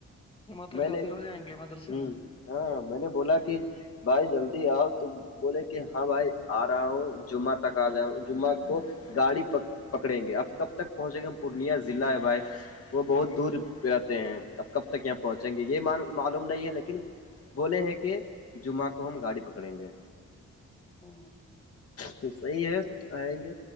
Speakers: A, on the left (about 20°); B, on the left (about 50°).
A: جمعہ تک
B: میں نے
A: حاضر ہو جائیں گے مدرسے
B: ہ
A: میں
B: ہاں میں نے بولا کہ بھائی جلدی آؤ ت بولے کہ ہاں بھائی آ رہا ہوں جمعہ تک آ جاؤ جمعہ کو گاڑی پکڑیں گے اب کب تک پہنچے گا پورنیہ ضلع ہے بھائی وہ بہت دور پہ رہتے ہیں اب کب تک یہاں پرہ پہنچیں گے یہ معلوم نہیں ہے لیکن بولے ہیں کہ جمعہ کو ہم گاڑی پکڑیں گے
A: ہ
B: تو صحیح ہے آئیں گے